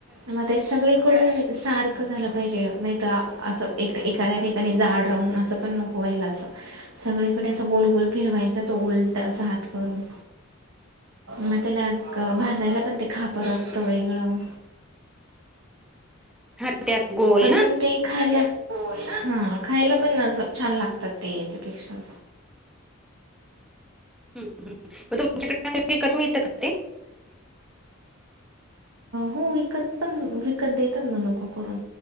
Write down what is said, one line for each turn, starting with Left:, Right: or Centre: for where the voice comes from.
Right: मग ते सगळीकडून सारख हक्कं झालं पाहिजे नाही तर असं एकट एखाद्या ठिकाणी जाड राहून असं पण नको व्हायला असं. सगळीकडे असा गोलगोल फिरवायचा तो उलट असा हात करून. मग त्याला भाजायला पण ते खापर असत वेगळं
Centre: हा ते असं गोल
Right: पण
Centre: ना
Right: ते खाल्या हो हा खायला पण अस छान लागतात ते याच्यापेक्षा
Centre: ह् मग तुमच्याकडे विकत मिळतं का ते?
Right: हो विकत पण विकत देतात ना लोक करून.